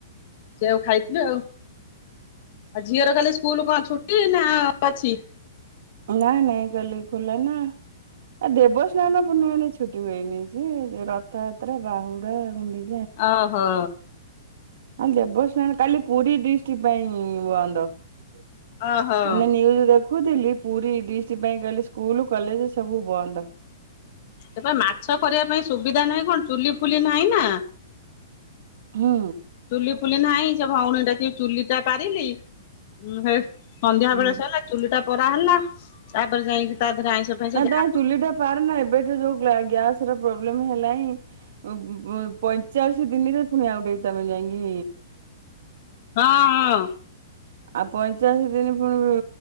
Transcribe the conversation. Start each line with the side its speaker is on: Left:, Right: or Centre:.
Left: ସେୟାକୁ ଖାଇଥିଲୁ ଆଉ। ଆଉ ଝିଅର କାଲି ସ୍କୁଲ କଣ ଛୁଟି ନା ଅଛି?
Right: ନାଇଁ ନାଇଁ କାଲି ଖୋଲା ନା। ଆ ଦେବସ୍ନାନ ପୂର୍ଣ୍ଣିମାରେ ଛୁଟି ହୁଏନି, ସେ ରଥଯାତ୍ରା, ବାହୁଡା, ଗୁଣ୍ଡି
Left: ଓହୋ।
Right: ହଁ ଦେବସ୍ନାନ କାଲି ପୁରୀ ଡିଷ୍ଟ୍ରିକ୍ଟ ପାଇଁ ବନ୍ଦ। ମୁଁ
Left: ଓହୋ
Right: ଏଇନା ନ୍ୟୁଜ୍ ଦେଖୁଥିଲି, ପୁରୀ ଡିଷ୍ଟ୍ ପାଇଁ କାଲି ସ୍କୁଲୁ କଲେଜେ ସବୁ ବନ୍ଦ।
Left: ସେପା ମାଛ କରିବା ପାଇଁ ସୁବିଧା ନାହିଁ, କଣ ଚୁଲି ଫୁଲି ନାହିଁ ନା
Right: ହୁଁ
Left: ଚୁଲି ଫୁଲି ନାହିଁ ସେ ଭଉଣୀକି ଡାକିକି ଚୁଲିଟା ପାରିଲି, ଉଁ ହେ ସନ୍ଧ୍ୟା
Right: ହୁଁ।
Left: ବେଳେ ସଇଲା, ଚୁଲି ଟା ପରା ହେଲା, ତାପରେ ଯାଇଁକି ତା ଦେହରେ ଆଇଁଷ ଫାଇଁଷ
Right: ନାଇଁ
Left: ଯାହା
Right: ତାଏ ଚୁଲିଟା ପାରେନା ଏବ ଏବେ ତ ଯୋଉ ଗ୍ଲା ଗ୍ୟାସର ପ୍ରୋବ୍ଲେମ ହେଲାଇଁ, ବୁ-ବୁ ପଇଁଚାଳିଶ ଦିନିରେ ପୁଣି ଆଉ ଗୋଟେ ତମେ ଯାଇଁକି
Left: ହଁ-ହଁ।
Right: ଆଉ ପଇଁଚାଳିଶୀ ଦିନି ପୁ-ପୁଣି